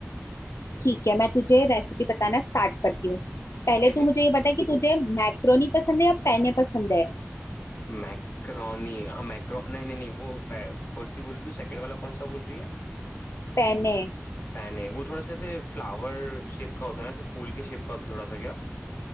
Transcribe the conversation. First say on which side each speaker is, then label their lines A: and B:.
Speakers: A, on the left (about 80°); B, on the left (about 45°).
A: ठीक है मैं तुझे रेसिपी बताना स्टार्ट करती हूँ पहले
B: ठीक
A: तू
B: है
A: मुझे ये बता कि तुझे मैक्रोनी पसंद है या पैने पसंद है
B: मैक्रोनी हाँ मैक्रो नहीं नहीं नहीं वो पै- कौन सी बोल रही तू सेकंड वाला कौन सा बोल रही है
A: पैने
B: पैने वो थोड़ा सा ऐसे फ्लावर शेप का होता है ना ऐसे फूल के शेप का होता है थोड़ा सा क्या